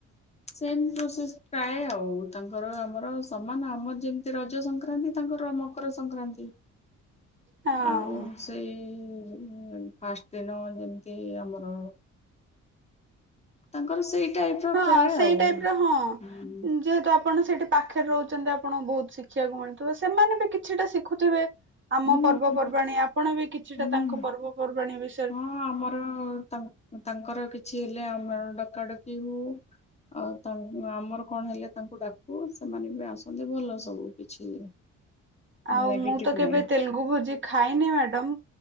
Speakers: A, on the left; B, on the right.
A: ସେମ ପ୍ରସେସ ପ୍ରାୟ ଆଉ ତାଙ୍କର ଆମର ସମାନ ଆମର ଯେମିତି ରଜ ସଂକ୍ରାନ୍ତି ତାଙ୍କର ମକର ସଂକ୍ରାନ୍ତି
B: ହଁ
A: ଆଉ ସେଇ ହୁଁ ହୁଁ ଫାଷ୍ଟ ଦିନ ଯେମିତି ଆମର ତାଙ୍କର ସେଇ ଟାଇପର
B: ହଁ
A: ପ୍ରାୟ
B: ସେଇ
A: ଆଉ
B: ଟାଇପ ର ହଁ
A: ହୁଁ
B: ଯେହେତୁ, ଆପଣ ସେଇଠି ପାଖରେ ରହୁଛନ୍ତି ଆପଣଙ୍କୁ ବହୁତ ଶିଖିବାକୁ ମିଳୁଥିବ ସେମାନେ ବି କିଛିଟା ଶିଖୁଥିବେ। ଆମ
A: ହୁଁ
B: ପର୍ବପର୍ବାଣୀ ଆପଣ ବି କିଛିଟା
A: ହୁଁ।
B: ତାଙ୍କ ପର୍ବପର୍ବାଣୀ ବି
A: ହଁ ଆମର ତାଙ୍କର କିଛି ହେଲେ ଆମ ଡକାଡକି ହଉ ଆଉ ତା ଆମର କଣ ହେଲେ ତାଙ୍କୁ ଡାକୁ ସେମାନେ ବି ଆସନ୍ତି ଭଲ ସବୁ କିଛି,
B: ଆଉ
A: ନେଗେଟିଭ୍
B: ମୁଁ ତ କେବେ
A: ନାହିଁ
B: ତେଲୁଗୁ ଭୋଜି ଖ ଖାଇନି ମ୍ୟାଡ଼ମ୍